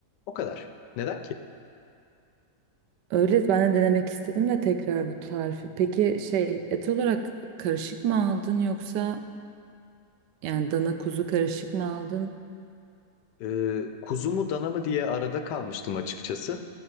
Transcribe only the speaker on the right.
Öyle ben de denemek istedim de tekrar bu tarifi. Peki şey et olarak karışık mı aldın yoksa yani dana kuzu karışık mı aldın?